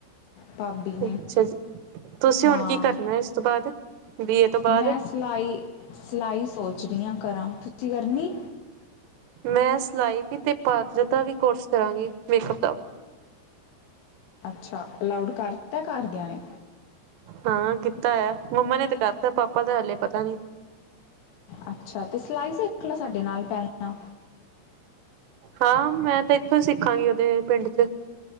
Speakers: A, on the left; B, on the right.
A: ਭਾਬੀ ਨੇ
B: ਅੱਛਾ ਜੀ, ਤੁਸੀਂ
A: ਹਾਂ
B: ਹੁਣ ਕੀ ਕਰਨਾ, ਇਸ ਤੋਂ ਬਾਅਦ? ਬੀਏ ਤੋਂ
A: ਮੈਂ
B: ਬਾਅਦ?
A: ਸਿਲਾਈ, ਸਿਲਾਈ ਸੋਚ ਰਹੀ ਹਾਂ ਕਰਾਂ। ਤੁਸੀਂ ਕਰਨੀ?
B: ਮੈਂ ਸਿਲਾਈ ਵੀ ਤੇ, ਪਾਰਲਰ ਦਾ ਵੀ ਕੋਰਸ ਕਰਾਂਗੀ, ਮੇਕਅਪ ਦਾ।
A: ਅੱਛਾ, ਅਲਾਉਡ ਕਰਤਾ ਘਰਦਿਆਂ ਨੇ?
B: ਹਾਂ, ਕੀਤਾ ਆ ਮੰਮਾ ਨੇ ਤਾਂ ਕਰਤਾ, ਪਾਪਾ ਦਾ ਹਾਲੇ ਪਤਾ ਨੀ।
A: ਅੱਛਾ, ਤੇ ਸਿਲਾਈ ਸਿੱਖ ਲਾ, ਸਾਡੇ ਨਾਲ ਪਹਿਲਾਂ।
B: ਹਾਂ, ਮੈਂ ਤਾਂ ਇੱਥੋਂ ਹੀ ਸਿੱਖਾਂਗੀ, ਉਹਦੇ ਪਿੰਡ ਚ